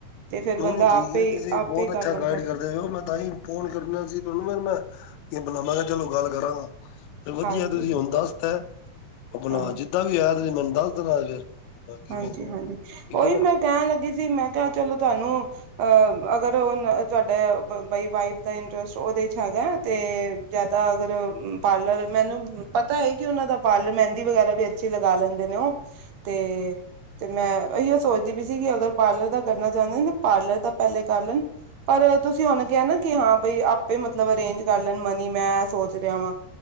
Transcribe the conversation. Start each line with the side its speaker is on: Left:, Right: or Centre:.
Right: ਤੇ ਫੇਰ ਬੰਦਾ
Left: ਨਹੀਂ ਨਹੀਂ ਠੀਕ
Right: ਆਪੇ
Left: ਹੈ
Right: ਹੀ
Left: ਤੁਸੀਂ
Right: ਆਪੇ
Left: ਬਹੁਤ
Right: ਹੀ ਕਰ
Left: ਅੱਛਾ
Right: ਲੈਂਦਾ।
Left: ਗਾਈਡ ਕਰਦੇ ਓ, ਮੈਂ ਤਾਂਹੀ ਫੋਨ ਕਰਨਾ ਸੀ ਤੁਹਾਨੂੰ, ਫਿਰ ਮੈਂ ਕੀ ਬੁਲਾਵਾਂਗਾ ਚਲੋ ਗੱਲ ਕਰਾਂਗਾ। ਫਿਰ ਵਧੀਆ,
Right: ਹਾਂਜੀ
Left: ਤੁਸੀਂ ਹੁਣ ਦੱਸ ਤਾ, ਆਪਣਾ
Right: ਹਾਂ
Left: ਜਿੱਦਾਂ ਵੀ ਹੋਇਆ, ਤੁਸੀਂ ਮੈਨੂੰ ਦੱਸ ਦੇਣਾ ਫਿਰ। ਕਿਵੇਂ
Right: ਹਾਂਜੀ
Left: ਠੀਕ
Right: -ਹਾਂਜੀ, ਉਹੀ
Left: ਹੈ ਨਾ
Right: ਮੈਂ ਕਹਿਣ ਲੱਗੀ ਸੀ, ਮੈਂ ਕਿਹਾ ਚਲੋ ਤੁਹਾਨੂੰ ਅਹ, ਅਗਰ ਉਹ ਤੁਹਾਡਾ, ਬਈ ਵਾਈਫ ਦਾ ਇੰਟਰਸਟ ਉਹਦੇ ਚ ਹੈਗਾ? ਤੇ, ਜ਼ਿਆਦਾ ਅਗਰ ਪਾਰਲਰ ਮੈਨੂੰ ਪਤਾ ਹੈ ਕਿ, ਉਹਨਾਂ ਦਾ ਪਾਰਲਰ ਮਹਿੰਦੀ ਵਗੈਰਾ ਵੀ ਪਰਚੀ ਲਗਾ ਲੈਂਦੇ ਨੇ ਉਹ, ਤੇ ਤੇ ਮੈਂ, ਇਹੀਓ ਸੋਚਦੀ ਪਈ ਸੀ, ਕਿ ਅਗਰ ਪਾਰਲਰ ਦਾ ਕਰਨਾ ਚਾਹੁੰਦੇ ਨ, ਤੇ ਪਾਰਲਰ ਤਾਂ ਪਹਿਲੇ ਕਰ ਲੈਣ। ਪਰ, ਤੁਸੀਂ ਹੁਣ ਕਿਹਾ ਨਾ, ਕਿ ਹਾਂ ਬਈ ਆਪੇ ਮਤਲਬ ਅਰੇਂਜ ਕਰ ਲੈਣ ਮਨੀ ਮੈਂ ਸੋਚ ਰਿਹਾ ਵਾਂ।